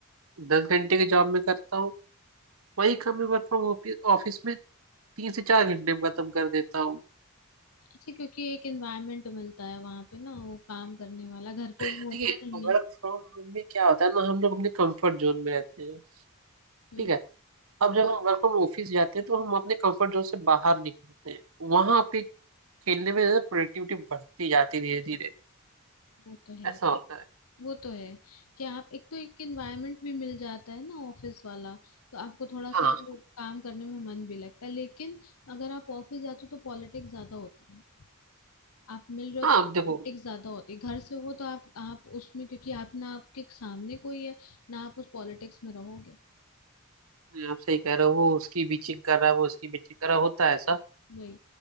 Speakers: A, on the right (about 70°); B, on the left (about 85°).
A: दस घंटे की जॉब में करता हूँ वही काम मैं वर्क फ्रॉम ऑफिस में तीन से चार घंटे में खत्म कर देता हूँ
B: अच्छा क्योंकि एक एनवायरनमेंट मिलता है वहां पे ना वो काम करने वाला घर पे
A: देखिए
B: वो होता नहीं
A: वर्क
B: है
A: फ्रॉम होम में क्या होता है ना हम लोग अपने कंफर्ट जोन में रहते हैं
B: हम्म
A: ठीक है अब जब हम वर्क फ्रॉम ऑफिस जाते हैं तो हम अपने कंफर्ट जोन से बाहर निकलते हैं वहां पे खेलने में प्रोडक्टिविटी बढ़ती जाती है धीरे धीरे
B: वो तो है
A: ऐसा होता है
B: वो तो है कि आप एक तो एक एनवायरनमेंट भी मिल जाता है ना ऑफिस वाला तो आपको थोड़ा
A: हाँ
B: सा वो काम करने में मन भी लगता है लेकिन अगर आप ऑफिस जाते हो तो पॉलिटिक्स ज्यादा होती है आप मिल रहे हो
A: हाँ
B: तो पॉलिटिक्स
A: अब देखो
B: ज्यादा होती है घर से हो तो आप आप उसमें क्योंकि आप ना आपके सामने कोई है ना आप उस पॉलिटिक्स में रहोगे
A: आप सही कह रहे हो वो उसकी बीचिंग कर रहा है वो उसकी बीचिंग कर रहा है, होता है ऐसा
B: वही